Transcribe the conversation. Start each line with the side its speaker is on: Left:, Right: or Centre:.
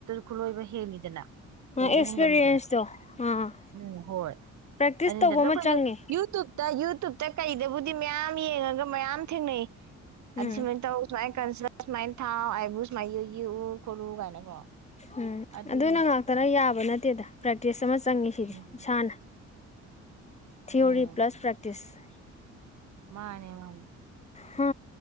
Right: ꯈꯨꯠꯂꯣꯏꯕ ꯍꯦꯜꯂꯤꯗꯅ ꯍꯕ
Left: ꯑꯦꯛꯁꯄꯤꯔꯤꯌꯦꯟꯁꯇꯣ
Right: ꯍꯦꯟꯒꯠꯂꯤꯗꯅ
Left: ꯑꯥ
Right: ꯎꯝ ꯍꯣꯏ
Left: ꯄ꯭ꯔꯦꯛꯇꯤꯁ
Right: ꯑꯗꯨ
Left: ꯇꯧꯕ
Right: ꯑꯩꯈꯣꯏ
Left: ꯑꯃ ꯆꯪꯉꯦ
Right: ꯌꯨꯇꯨꯕꯇ ꯌꯨꯇꯨꯕꯇ ꯀꯩꯗꯕꯨꯗꯤ ꯃꯌꯥꯝ ꯌꯦꯡꯉꯒ ꯃꯌꯥꯝ ꯊꯦꯡꯅꯩ ꯑꯗꯤ
Left: ꯎꯝ
Right: ꯁꯤꯃ ꯇꯥꯏ ꯀꯁ ꯃꯥꯏꯟ ꯊꯥꯎ ꯑꯥꯏꯕ꯭ꯔꯨꯁ ꯃꯥꯥꯏ ꯌꯦ ꯌꯦꯛꯎ ꯈꯣꯠꯂꯨ ꯀꯥꯏꯅꯀꯣ
Left: ꯎꯝ
Right: ꯑꯗꯨꯅꯤ
Left: ꯑꯗꯨꯅ ꯉꯥꯛꯇꯅ ꯌꯥꯕ ꯅꯠꯇꯦꯗ ꯄ꯭ꯔꯦꯛꯇꯤꯁ ꯑꯃ ꯆꯪꯉꯤꯁꯤꯗꯤ
Right: ꯎꯝ
Left: ꯏꯁꯥꯅ ꯊꯤꯌꫭꯔꯤ
Right: ꯎꯝ
Left: ꯄ꯭ꯂꯁ ꯄ꯭ꯔꯦꯛꯇꯤꯁ
Right: ꯃꯥꯅꯦ ꯃꯥꯅꯤ
Left: ꯍꯥ